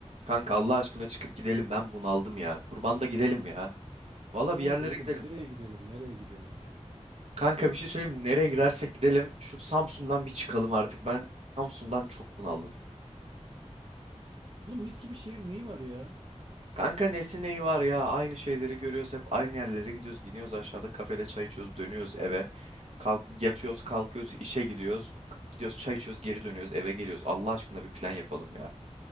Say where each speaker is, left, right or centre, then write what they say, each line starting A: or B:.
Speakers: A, on the right; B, on the right.
A: Kanka Allah aşkına çıkıp gidelim. Ben bunaldım ya. Kurban da gidelim ya. Valla
B: Tamam
A: bir yerlere
B: da oğlum
A: gidelim.
B: nereye gidelim nereye gidelim ya?
A: Kanka bir şey söyleyeyim mi? Nereye gidersek gidelim. Şu Samsun'dan bir çıkalım artık. Ben Samsun'dan çok bunaldım.
B: Oğlum mis gibi şehir neyi var ya?
A: Kanka nesi neyi var ya? Aynı şeyleri görüyoruz. Hep aynı yerlere gidiyoruz. Gidiyoruz aşağıda kafede çay içiyoruz. Dönüyoruz eve. Kalk, yatıyoruz kalkıyoruz işe gidiyoruz. Gidiyoruz çay içiyoruz geri dönüyoruz eve geliyoruz. Allah aşkına bir plan yapalım ya.